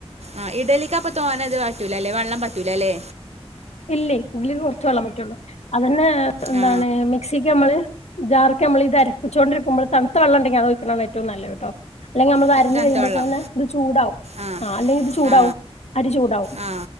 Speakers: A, on the right; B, on the left.
A: ആഹ് ഇഡലിക്ക് അപ്പൊ തോനേ ഇത് പറ്റൂല അല്ലെ വെള്ളം പറ്റൂല അല്ലേ
B: ഇല്ലേ ഇതില് കുറച്ച് വെള്ളം പറ്റുള്ളൂ അതന്നെ എന്താണ്
A: ആ
B: മിക്സി ക്ക് നമ്മള് ജാറക്കെ നമ്മള് ഇതരകുച്ചോണ്ടിരിക്കുമ്പോള് തണുത്ത വെള്ളം ഉണ്ടെങ്കി അതൊഴിക്കണാണ് ഏറ്റവും നല്ലത് ട്ടോ അല്ലെങ്കി നമ്മൾത്
A: ത-
B: അരഞ്ഞ്
A: തണുത്ത
B: വരുമ്പോ
A: വെള്ളം
B: തന്നെ ഇത് ചൂടാവും
A: ആ
B: ആഹ് അല്ലെങ്കിൽ ഇത് ചൂടാവും
A: ആ
B: അരി ചൂടാവും
A: ആ